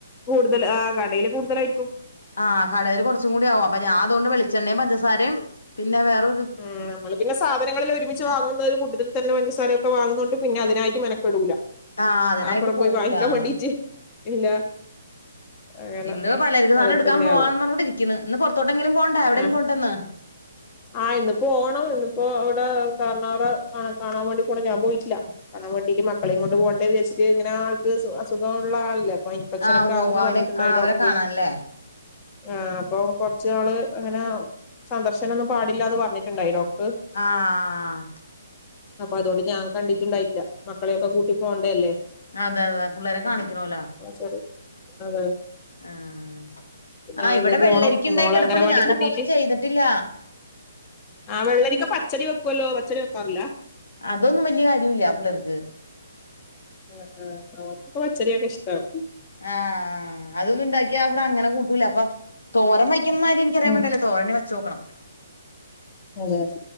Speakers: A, on the left; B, on the left.
A: കൂടുതൽ ആ കടയില് കൂടുതലായിരിക്കും
B: ആഹ് കടൽ കുറച്ചും കൂടി ആവും അപ്പൊ ഞാൻ അതൊണ്ട് വെളിച്ചെണ്ണയും, പഞ്ചാരയും പിന്നെ വേറെ
A: ഉം നമ്മള് പിന്നെ സാധനങ്ങളിൽ ഒരു വാങ്ങുന്നത് ഒരു കൂട്ടതിൽ തന്നെ പഞ്ചാസാരൊക്കെ വാങ്ങുന്നത് കൊണ്ട് പിന്നെ അതിനായിട്ട് മെനക്കെടൂല
B: ആഹ് അതിനായിട്ട്
A: അപ്പുറം
B: പോവൂല
A: പോയി വാങ്ങിക്കാൻ
B: ആ
A: വേണ്ടീട്ട് ഇല്ല അങ്ങനെ
B: ഇന്ന് പലചരിക്ക സാധനം
A: അതിൽ
B: എടുക്കാൻ
A: തന്നെ
B: പോവാ
A: ആവും
B: പറഞ്ഞു ഇന്ന് പുറത്തോട്ടെങ്കിലും പോണ്ടേ എവിടെങ്കിലും
A: ആ
B: പോണ്ടേ ഇന്ന്
A: ആഹ് ഇന്ന് പോണം ഇന്നിപ്പോ ഇവിടെ കാർണോറെ കാണാൻ വേണ്ടി പോണം ഞാൻ പോയിട്ടില്ല പണം കിട്ടീട്ട് മക്കളീം കൊണ്ട് പോണ്ടേ വിചാര്ച്ച്ട്ട് ഇങ്ങനെ ആൾക്ക് അസുഖ ഉള്ള ആളല്ലേ അപ്പൊ ഇൻഫെക്ഷൻ
B: ആഹ്
A: ഒക്കെ
B: ഉവ്വ്
A: ആവുന്ന്
B: ഉവ്വ് അവന്
A: പറഞ്ഞിട്ടുണ്ടായി
B: ആഹ് അവരെ
A: ഡോക്ടർ
B: കാണാൻല്ലേ
A: ആ അപ്പൊ കൊറച്ച് നാള് അപ്പൊ അങ്ങനെ സന്ദർശം ഒന്നും പാടില്ലാന്ന് പറഞ്ഞിട്ടുണ്ടായി ഡോക്ടർ
B: ആ ആഹ്
A: അപ്പൊ അതുകൊണ്ട് ഞാൻ കണ്ടിട്ടുണ്ടായില്ല മക്കളെയൊക്കെ കൂട്ടി പോകണ്ടേ അല്ലേ
B: അതെ അതെ പിള്ളേരെ കാണിക്കണല്ലേ
A: ആ ശെരി അതെ
B: ആഹ് ആഹ്
A: ആ
B: ഇവിടെ
A: ഇന്ന് പോണം
B: വെള്ളരിക്ക ഇണ്ടായി
A: മോള
B: കിടപ്പുണ്ട്
A: അംഗനവാടി
B: ഞാനപ്പൊ
A: കൂട്ടിയിട്ട്
B: ഒന്നും ചെയ്തിട്ടില്ല
A: ആ വെളളരിക്ക പച്ചടി വെക്കല്ലോ പച്ചടി വെക്കാറില്ല
B: അതൊന്നും വലിയ കാര്യമില്ല പിള്ളേർക്ക്
A: ആ ആ അവർക്കൊക്കെ പച്ചടി ഒക്കെ ഇഷ്ടം
B: ആഹ് അതൊന്നും ഇണ്ടാക്കിയാ ഇവിടെ അങ്ങനെ കൂട്ടൂല അപ്പ തോരം വയ്ക്കുന്നകാര്യം എനിക് അറിയാൻ
A: ഉം
B: വേണ്ടി തോരൻ വെച്ചോക്കണം
A: ഏഹ്